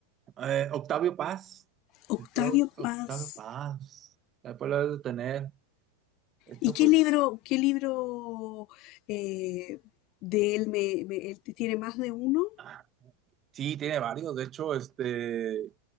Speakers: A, on the right; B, on the left.
A: Eh, Octavio Paz.
B: Octavio
A: Creo que
B: Paz.
A: Octavio Paz. Después lo debes de tener. De hecho,
B: ¿Y qué
A: pues.
B: libro, qué libro eh, de él me, me- él tiene más de uno?
A: ah, Sí, tiene varios. De hecho, este.